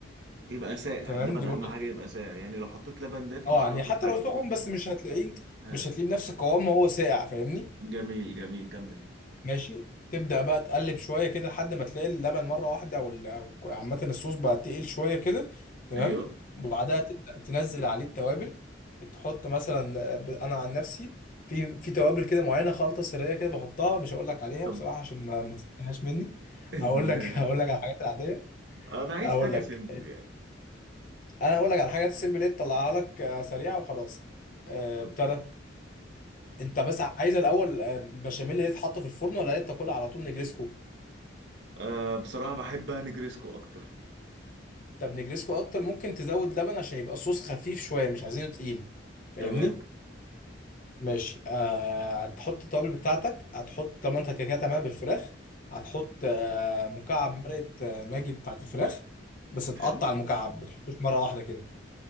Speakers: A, on the right; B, on the left.
A: يبقى ساقع
B: تمام
A: اللبن
B: دي
A: اهم
B: برضه
A: حاجه
B: تبقى-
A: يبقى ساقع يعني لو حطيت لبن دافي
B: اه
A: مش
B: يعني
A: الطف
B: حتى
A: حاجه
B: لو سخن بس مش هتلاقيه
A: آه.
B: مش هتلاقيه بنفس القوام ما هو ساقع فاهمني
A: جميل جميل كمل
B: ماشي تبدأ بقى تقلب شوية كده لحد ما تلاقي اللبن مرة واحدة أو ال- أو عامة الصوص بقى تقيل شوية كده تمام
A: ايوه
B: وبعدها تبدأ تنزل عليه التوابل تحط مثلا آه، ب- أنا عن نفسي في في توابل كده معينة خلطة سرية كده بحطها مش هقول لك عليها
A: طب
B: بصراحة عشان ما ما تتنهاش مني
A: <laughs>
B: هقول لك <laughs> هقول لك على الحاجات العادية
A: انا عايز
B: أقول
A: حاجه
B: لك
A: سيمبل يعني
B: أنا هقول لك على الحاجات السيمبل اللي تطلعها لك آه، سريعة وخلاص آه،
A: اوكي
B: ابتدى أنت بس عايز الأول آه، بشاميل اللي يتحط في الفرن ولا تاكلها على طول نجرسكو
A: آه بصراحه بحب نجريسكو اكتر
B: طب نجريسكو اكتر ممكن تزود لبن عشان يبقى صوص خفيف شويه مش عايزينه تقيل فاهمني
A: تمام
B: ماشي آه هتحط التوابل بتاعتك هتحط طب ما انت كده كده هتعملها بالفراخ هتحط آه مكعب مرقه آه، ماجي بتاعت الفراخ بس تقطع
A: حلو
B: المكعب ما تحطوش مره واحده كده